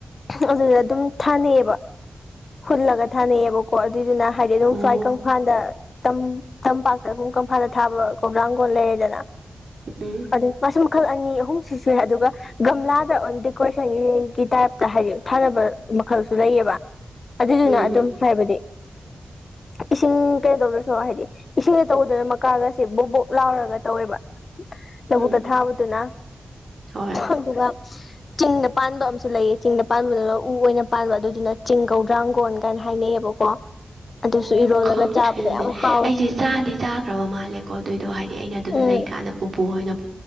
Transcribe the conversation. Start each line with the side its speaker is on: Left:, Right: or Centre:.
Left: ꯑꯗꯨꯗ ꯑꯗꯨꯝ ꯊꯥꯅꯩꯑꯕ ꯍꯨꯜꯂꯒ ꯊꯥꯅꯩꯌꯦꯕꯀꯣ ꯑꯗꯨꯏꯗꯨꯅ ꯍꯥꯏꯗꯤ ꯑꯗꯨꯝ
Right: ꯑꯣ
Left: ꯁ꯭ꯋꯥꯏ ꯀꯪꯐꯥꯜꯗ ꯇꯝꯄꯥꯛꯇ ꯑꯗꯨꯝ ꯀꯪꯐꯥꯜꯗ ꯊꯥꯕ ꯀꯒ꯭ꯔꯥꯡ ꯀꯂꯦ ꯂꯩꯔꯦꯗꯥꯅ
Right: ꯎꯝ
Left: ꯑ ꯃꯈ ꯃꯈꯜ ꯑꯅꯤ ꯑꯍꯨꯝ ꯁꯤ ꯁꯦ ꯑꯗꯨꯒ ꯒꯝꯂꯥꯗ ꯗꯦꯀꯣꯔꯦꯁꯟ ꯇꯥꯏꯞꯇ ꯍꯥꯏꯗꯤ ꯊꯥꯅꯕ ꯃꯈꯜꯁꯨ ꯂꯩꯌꯦꯕ ꯑꯗꯨꯗꯨꯅ
Right: ꯎꯝ
Left: ꯑꯗꯨꯝ ꯍꯥꯏꯕꯗꯤ ꯏꯁꯤꯡ ꯀꯩꯅꯣ ꯇꯧꯗ꯭ꯔꯁꯨ ꯍꯥꯏꯗꯤ ꯏꯁꯤꯡꯗ ꯇꯧꯗꯅ ꯃꯀꯥꯒꯁꯦ ꯕꯣꯛ ꯕꯣꯛ ꯂꯥꯎꯔꯒ ꯇꯧꯋꯦꯕ ꯂꯧꯕꯨꯛꯇ
Right: ꯎꯝ
Left: ꯊꯥꯕꯗꯨꯅ
Right: ꯍꯣꯏ
Left: ꯑꯗꯨꯒ ꯆꯤꯡꯗ ꯄꯥꯟꯕ ꯑꯃꯁꯨ ꯂꯩꯌꯦ ꯆꯤꯡꯗ ꯄꯥꯟꯕꯗꯨꯅ ꯎ ꯑꯣꯏꯅ ꯄꯥꯟꯕ ꯑꯗꯨꯗꯨꯅ ꯆꯤꯡꯒꯧꯗ꯭ꯔꯥꯡꯒꯣꯟ ꯀꯅ ꯍꯥꯏꯅꯩꯌꯦꯕꯀꯣ ꯑꯗꯨꯁꯨ
Right: ꯑꯣ
Left: ꯏꯔꯣꯜꯂꯒ
Right: ꯈꯪꯗ꯭ꯔꯦ
Left: ꯆꯥꯕꯗ
Right: ꯑꯗꯨꯗꯤ
Left: ꯌꯥꯝ ꯍꯥꯎꯋꯦ
Right: ꯑꯩꯁꯦ ꯆꯥꯗꯤ ꯆꯥꯈ꯭ꯔꯕ ꯃꯥꯜꯂꯦꯀꯣ ꯑꯗꯨꯏꯗꯣ ꯍꯥꯏꯗꯤ ꯑꯩꯅ ꯑꯗꯨꯗ
Left: ꯎꯝ
Right: ꯂꯩꯒ ꯏꯁꯥꯅ ꯄꯨꯄꯨꯍꯣꯏꯅꯥ